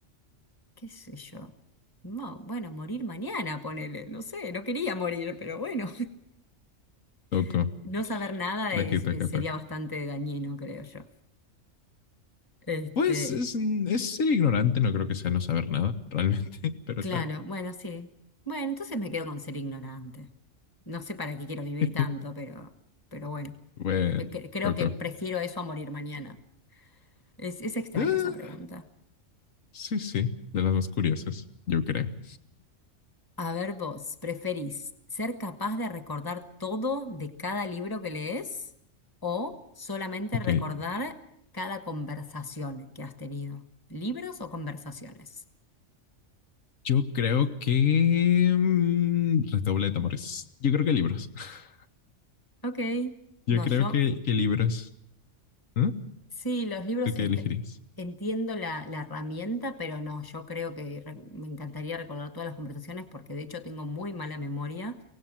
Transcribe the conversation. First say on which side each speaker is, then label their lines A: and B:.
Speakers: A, on the left; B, on the left.
A: ¿qué sé yo? No, bueno, morir mañana, ponele, no sé, no quería morir, pero bueno,
B: Toco,
A: <laughs> no saber nada
B: la
A: es-
B: que toca,
A: es- sería
B: toca.
A: bastante dañino, creo yo. Este,
B: Pues es, es ser ignorante, no creo que sea no saber nada, realmente, <laughs> pero
A: Claro,
B: está
A: bueno, sí. Bueno, entonces me quedo con ser ignorante. No sé para qué quiero vivir tanto,
B: bien. <laughs>
A: pero, pero bueno,
B: Bueno,
A: Me cre- creo
B: loco.
A: que prefiero eso a morir mañana. Es, es extraña
B: Ah,
A: esa pregunta.
B: sí, sí, de las más curiosas, yo creo.
A: A ver, vos, ¿preferís ser capaz de recordar todo de cada libro que lees o solamente
B: Ok,
A: recordar cada conversación que has tenido? ¿Libros o conversaciones?
B: yo creo que... mm, redoble de tambores. Yo creo que libros. <laughs>
A: Ok,
B: Yo
A: no,
B: creo
A: yo
B: que, que libros. ¿Eh?
A: Sí, los libros,
B: ¿Tú qué
A: est-
B: elegirías?
A: entiendo la, la herramienta, pero no, yo creo que re- me encantaría recordar todas las conversaciones porque de hecho tengo muy mala memoria